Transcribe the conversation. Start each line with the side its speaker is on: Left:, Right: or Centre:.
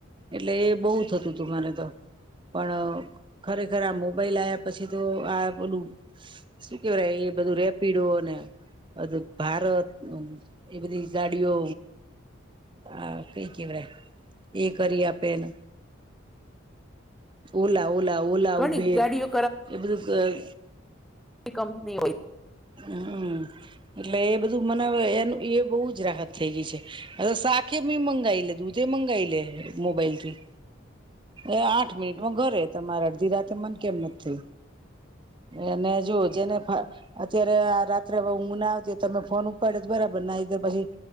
Right: એટલે એ બહુ થતું હતું મારે તો પણ ખરેખર આ મોબાઈલ આવ્યા પછી તો આ બધું શું કેવાય એ બધું રેપિડો ને <unintelligible> ભારત એ બધી ગાડીઓ આ કઈ કહેવાય એ કરી આપે ન ઓલા ઓલા ઓલા
Centre: ઘણી
Right: ઉબેર
Centre: ગાડીઓ
Right: એ બધું
Centre: એ કંપની હોય.
Right: હમ એટલે એ બધું મને હવે એનું એ બહુ જ રાહત થઈ ગઈ છે. અ સાખે બી મંગાય લે દૂધ એ મંગાય લે મોબાઈલથી. એ આઠ મિનિટ માં ઘરે તમારે અડધી રાતે મન કેમ ન થઈ. એને જો જેને પા અત્યારે આ રાત્રે હુંગ ના આવતી હોય તો તમે ફોન ઉપર જ બરાબર <unintelligible> પછી,